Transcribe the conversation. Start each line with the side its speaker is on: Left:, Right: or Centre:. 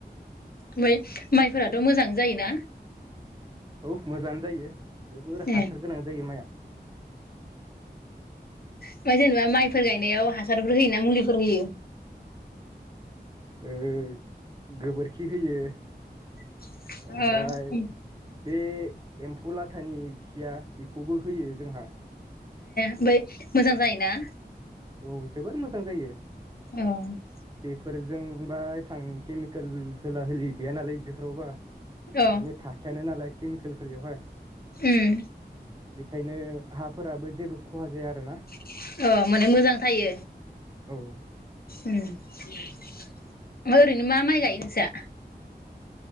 Left: ओमफ्राय माइफोराथ' मोजां जायोना?
Right: औ मोजाङानो जायो। जोबोर
Left: ए
Right: हासार गोनां जायो माइया।
Left: ओमफाय जेनेबा माइफोर गायनायाव हासारफोर होयो ना मुलिफोर होयो?
Right: ओ गोबोरखि होयो।
Left: ओ
Right: ओमफ्राय बे एम्फौ लाथानि खिया बेखौबो होयो जोंहा
Left: ओमफ्राय मोजां जायोना?
Right: औ जोबोर मोजां जायो।
Left: औ।
Right: फोरजों बा एसां केमिकेल होला होलि गैया नालाय बेफोरावबा।
Left: अ
Right: माने थाखायानो नालाय केमिकेल फ्रियावहाय
Left: ओम।
Right: खायनो हाफोराबो जेबो खहा जाया आरोना।
Left: आरो <unintelligible> अ माने मोजां थायो।
Right: औ
Left: उम ओमफाय ओरैनो मा माइ गायो नोंसा?